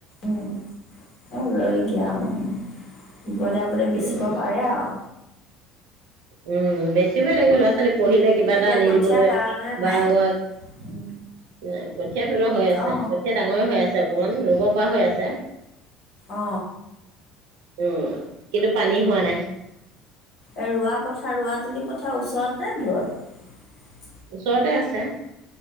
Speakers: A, on the left (about 40°); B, on the right (about 85°).
A: উ অ হৈ দিয়া আও। বিপদে অপদে বেচিব
B: উম,
A: পাৰে আও।
B: উম, বেচিবই লৰা-ছোৱালী পঢ়িলে কিবা
A: এইবিলাক
B: এটা আনি
A: কঠীয়া
B: দিবলৈ
A: পেলালে নে
B: বা
A: নাই
B: কঠীয়া
A: উম
B: পেলোৱা হৈ আছে
A: অ
B: কঠীয়া ডাঙৰে হৈ আছে। অকন ৰুব পৰা হৈ আছে।
A: অ
B: উম' কিন্তু পানী হোৱা নাই।
A: এ ৰোৱা পথাৰ ৰোৱাতুলি পথাৰ ওচৰত তে দূৰত
B: ওচৰতে আছে।